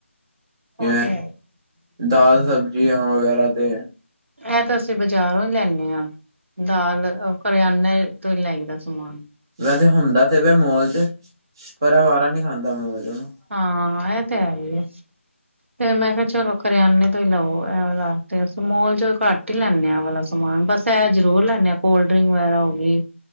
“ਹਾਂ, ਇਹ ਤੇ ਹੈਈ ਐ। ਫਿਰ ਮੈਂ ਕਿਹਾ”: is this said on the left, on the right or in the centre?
Right